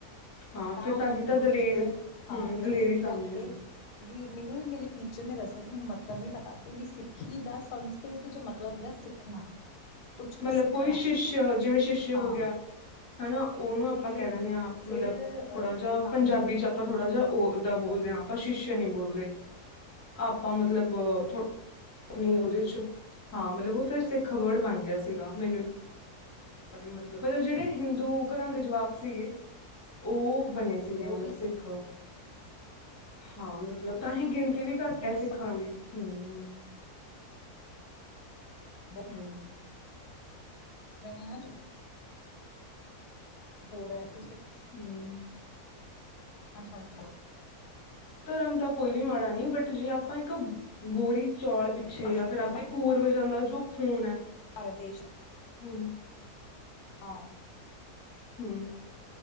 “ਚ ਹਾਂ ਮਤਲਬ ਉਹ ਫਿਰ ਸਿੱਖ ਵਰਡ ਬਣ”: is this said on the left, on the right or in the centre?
Left